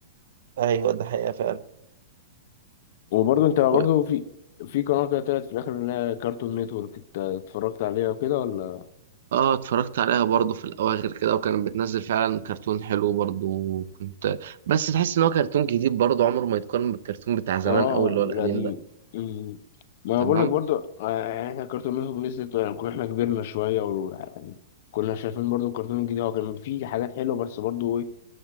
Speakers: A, on the right; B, on the left.
A: ايوه ده حقيقة فعلا
B: وبرضه أنت برضه
A: و...
B: في في قناة كده طلعت في الآخر اللي هي كارتون نتورك أنت اتفرجت عليها وكده ولا؟
A: اه اتفرجت عليها برضو في الاواخر كده وكانت بتنزل فعلا كرتون حلو برضو وكنت بس تحس ان هو كرتون جديد برضو عمره ما يتقارن بالكرتون بتاع زمان
B: اه
A: قوي اللي هو القديم
B: القديم
A: ده
B: مم. ما أنا
A: تمام
B: بقول لك برضو آه، يعني احنا الكرتون نتورك لسه يعني كنا احنا كبرنا شويه و يعني كنا شايفين برضو الكرتون الجديد هو كان فيه حاجات حلوه بس برضو ايه